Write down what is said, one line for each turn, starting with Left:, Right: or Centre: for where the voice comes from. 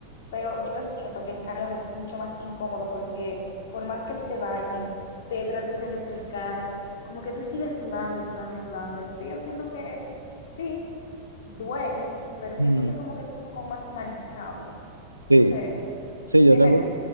Left: pero yo siento que el calor es mucho más incómodo porque por más que tú te bañes, te trates de refrescar, como que tú sigues sudando y sudando y sudando. El frío siento que sí, duele, pero siento
Right: Mm.
Left: que como que es un poco más manejable.
Right: Sí,
Left: No sé,
Right: sí,
Left: dime
Right: yo tengo
Left: tú.